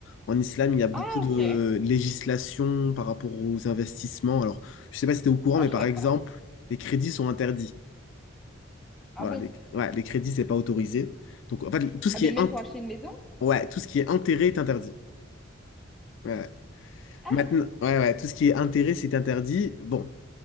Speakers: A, on the left; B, in the centre.
A: En islam, il y a beaucoup
B: Ah,
A: de
B: ok.
A: législation par rapport aux investissements. Alors, je sais pas si tu es au courant,
B: Ah,
A: mais
B: je
A: par
B: savais
A: exemple,
B: pas.
A: les crédits sont interdits.
B: Ah
A: Voilà,
B: bon?
A: les, ouais, les crédits, c'est pas autorisé. Donc, en fait, tout ce
B: Ah,
A: qui
B: mais
A: est,
B: même
A: int-
B: pour acheter une maison?
A: ouais, tout ce qui est intérêt est interdit. Ouais.
B: Ah,
A: Maintenant, ouais, ouais, tout ce qui est intérêt, c'est interdit. Bon,